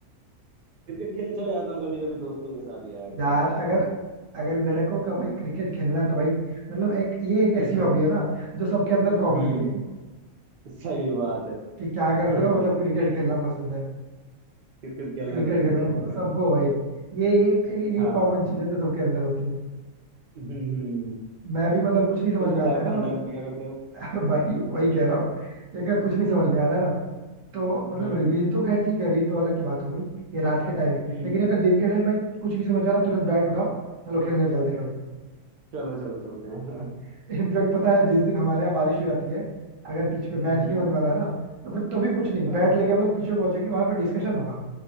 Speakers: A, on the right; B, on the right.
A: क्रिकेट खेलने चला जाता हूँ कभी कभी दोस्तों के साथ यार खाली
B: यार
A: टाइम
B: अगर
A: में
B: अगर लड़कों का भाई क्रिकेट खेलना तो भाई मतलब एक ये एक
A: <laughs>
B: ऐसी हॉबी है ना जो सबके अंदर कॉमन
A: हम्म
B: मिलेगी
A: सही बात है
B: कि क्या करते
A: हाँ
B: हो मतलब क्रिकेट खेलना पसंद है
A: क्रिकेट खेलना
B: क्रिकेट
A: पसंद
B: खेलना
A: है
B: मतलब सबको
A: <laughs>
B: भाई ये ये ये
A: हाँ
B: कॉमन चीज है जो सबके अंदर होती है
A: हम्म हम्म
B: मैं भी मतलब कुछ नहीं समझ
A: तुम
B: में
A: बताओ
B: आता है
A: खाली
B: ना
A: टाइम पे क्या करते हो <laughs>
B: <laughs> भाई वही कह रहा हूँ कि अगर कुछ नहीं समझ में आ रहा है ना तो मतलब
A: हम्म
B: रील तो खैर ठीक है रील तो अलग की बात हो गई ये रात के टाइम में
A: हम्म
B: लेकिन अगर दिन के टाइम भाई कुछ नहीं समझ आ रहा तुरंत बैट उठाओ चलो खेलने चलते हैं भाई
A: चलो चलो चलते हैं हाँ
B: <laughs> इनफैक्ट पता है जिस दिन हमारे यहाँ बारिश हो जाती है अगर पिच पे
A: हम्म
B: मैच नहीं होने वाला है ना तो फिर तो भी कुछ नहीं
A: हाँ
B: बैट लेके हम लोग पिच पे पहुंचेंगे वहां पे डिस्कशन होगा